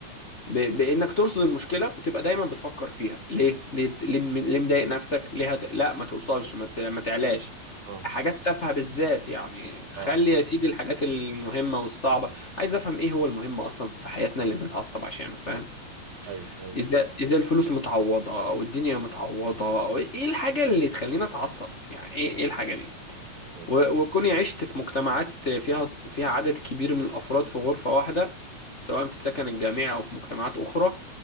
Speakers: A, on the left; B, on the right.
A: ب... بانك ترصد المشكله وتبقى دايما بتفكر فيها ليه ليه ليه, م- ليه مضايق نفسك ليه هت... لا ما توصلش ما, ت... ما تعلاش
B: اه
A: حاجات تافهه بالذات يعني خلي
B: اه
A: يا سيدي الحاجات المهمه والصعبه عايز افهم ايه هو المهم اصلا في حياتنا اللي بنتعصب عشانه فاهم
B: ايوه ايوه
A: اذا اذا الفلوس متعوضه والدنيا متعوضه ايه الحاجه اللي تخلينا اتعصب يعني ايه ايه الحاجه دي
B: صحيح
A: و- وكوني عشت في مجتمعات فيها فيها عدد كبير من الأفراد في غرفة واحدة سواء في السكن الجامعي أو في مجتمعات أخرى